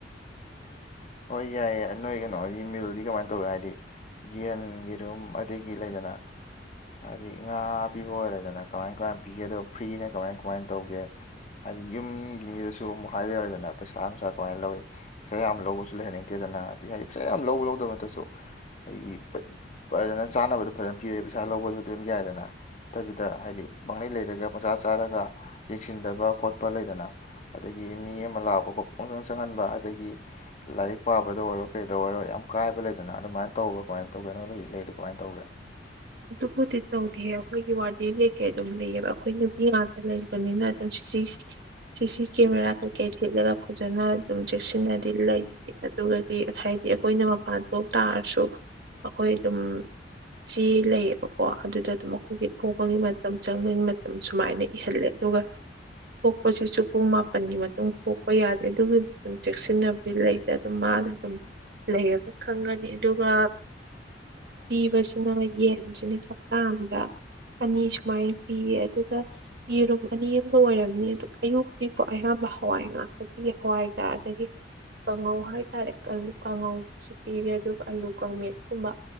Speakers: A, on the left (about 40°); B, on the right (about 60°).
A: ꯍꯣꯏ ꯌꯥꯏꯌꯦꯏ ꯑꯅꯣꯏ ꯒꯅꯣꯒꯤ ꯃꯤꯜꯗꯤ ꯀꯃꯥꯏꯟ ꯇꯧꯋꯦ ꯍꯥꯏꯗꯤ ꯌꯦꯟ ꯌꯦꯔꯨꯝ ꯑꯗꯒꯤ ꯂꯩꯗꯅ ꯍꯥꯗꯤ ꯉꯥ ꯄꯤꯕ ꯑꯣꯏꯔꯦꯗꯅ ꯀꯃꯥꯏ ꯀꯃꯥꯏꯟ ꯄꯤꯒꯦ ꯗꯣ ꯐ꯭ꯔꯤꯅ ꯀꯃꯥꯏꯟ ꯀꯃꯥꯏꯟ ꯇꯧꯒꯦ ꯍꯥꯏꯗꯤ ꯌꯨꯝꯒꯤ ꯃꯤꯗꯁꯨ ꯑꯃꯨꯛ ꯍꯥꯏꯗ ꯌꯔꯣꯏꯗꯅ ꯄꯩꯁꯥ ꯅꯨꯡꯁꯥ ꯀꯃꯥꯏ ꯂꯧꯋꯤ ꯄꯩꯁꯥ ꯌꯥꯝ ꯂꯧꯕꯁꯨ ꯂꯩꯍꯟꯅꯤꯡꯇꯦꯗꯅ ꯑꯗꯩ ꯍꯥꯏꯗꯤ ꯄꯩꯁꯥ ꯌꯥꯝ ꯂꯧꯕ ꯂꯧꯗꯕ ꯗꯁꯨ ꯑꯩꯒꯤ ꯃ ꯄꯖꯅ ꯆꯥꯅꯕꯗꯨ ꯐꯖꯅ ꯄꯤꯔꯦ ꯄꯩꯁꯥ ꯂꯧꯕꯗꯨꯗꯤ ꯑꯗꯨꯝ ꯌꯥꯏꯗꯅ ꯇꯕꯤꯗ ꯍꯥꯏꯗꯤ ꯄꯪꯂꯩ ꯂꯩꯔꯒ ꯄꯪꯆꯥ ꯆꯥꯔꯒ ꯌꯦꯡꯁꯤꯟꯗꯕ ꯈꯣꯠꯄ ꯂꯩꯗꯅ ꯑꯗꯒꯤ ꯃꯤ ꯑꯃ ꯂꯥꯛꯄ ꯈꯣ ꯄꯪꯆꯪ ꯆꯪꯍꯟꯕ ꯑꯗꯒꯤ ꯂꯥꯏꯔꯤꯛ ꯄꯥꯕꯗ ꯑꯣꯏꯔꯣ ꯀꯩꯗ ꯑꯣꯏꯔꯣ ꯌꯥꯝ ꯀꯥꯏꯕ ꯂꯩꯗꯅ ꯑꯗꯨꯃꯥꯏꯅ ꯇꯧꯕ꯭ꯔꯥ ꯀꯃꯥꯏꯟ ꯇꯧꯒꯦ ꯅ ꯍꯧ ꯂꯩꯔꯤ ꯀꯃꯥꯏꯟ ꯇꯧꯒꯦ
B: ꯑꯗꯨꯕꯨꯗꯤ ꯇꯧꯗꯤꯌꯦ ꯑꯩꯈꯣꯏꯒꯤ ꯋꯥꯔꯗꯦꯟ ꯀꯩꯀꯩ ꯑꯗꯨꯝ ꯂꯩꯌꯦꯕ ꯑꯈꯣꯏ ꯅꯨꯄꯤ ꯉꯥꯛꯇ ꯂꯩꯕꯅꯤꯅ ꯑꯗꯨꯝ ꯁꯤꯁꯤꯁꯤ ꯁꯤ ꯁꯤ ꯀꯦꯃꯦꯔꯥ ꯀꯩꯀꯩ ꯊꯦꯠꯂꯦꯒ ꯐꯖꯅ ꯑꯗꯨꯝ ꯆꯦꯛꯁꯤꯟꯅꯗꯤ ꯂꯩꯌꯦ ꯑꯗꯨꯒ ꯗꯤ ꯑꯁ ꯍꯥꯏꯗꯤ ꯑꯈꯣꯏꯅ ꯃꯄꯥꯟ ꯊꯣꯛ ꯇꯥꯔꯁꯨ ꯑꯈꯣꯏ ꯑꯗꯨꯝ ꯑꯦ ꯂꯩꯌꯦꯕꯀꯣ ꯑꯗꯨꯗ ꯑꯗꯨꯝ ꯑꯈꯣꯏꯒꯤ ꯊꯣꯛꯄꯒꯤ ꯃꯇꯝ ꯆꯪꯕꯒꯤ ꯃꯇꯝ ꯁꯨꯃꯥꯏꯅ ꯏꯍꯜꯂꯦ ꯑꯗꯨꯒ ꯄꯣꯛꯄꯁꯤꯁꯨ ꯄꯨꯡ ꯃꯥꯄꯟꯒꯤ ꯃꯇꯨꯡ ꯄꯣꯛꯄ ꯌꯥꯗꯦ ꯑꯗꯨꯒꯤ ꯗꯨꯝ ꯆꯦꯛꯁꯤꯟꯅꯕꯗꯤ ꯂꯩ ꯑꯗꯨꯝ ꯃꯥꯅ ꯑꯗꯨꯝ ꯂꯩꯔꯒ ꯈꯪꯒꯅꯤ ꯑꯗꯨꯒ ꯄꯤꯕꯁꯤ ꯁꯤꯅ ꯌꯦꯟꯁꯤꯅꯦ ꯀꯞꯇꯥ ꯑꯃꯗ ꯑꯅꯤ ꯁꯨꯃꯥꯏꯟ ꯄꯤꯌꯦ ꯑꯗꯨꯒ ꯌꯦꯔꯨꯝ ꯑꯅꯤ ꯑꯃꯗ ꯑꯣꯏꯔꯝꯅꯤ ꯑ ꯑꯌꯨꯛꯛꯇꯨꯗꯤꯀꯣ ꯑꯌꯥꯝꯕ ꯍꯋꯥꯏ ꯉꯥꯛꯇꯛꯇꯒꯤ ꯍꯋꯥꯏꯒꯔ ꯑꯗꯒꯤ ꯀꯥꯡꯉꯧ ꯍꯥꯏꯇꯥꯔꯦ ꯑꯥꯂꯨ ꯀꯥꯡꯉꯧꯁꯨ ꯄꯤꯔꯦ ꯑꯗꯨꯒ ꯑꯥꯂꯨ ꯀꯥꯡꯃꯦꯠꯀꯨꯝꯕ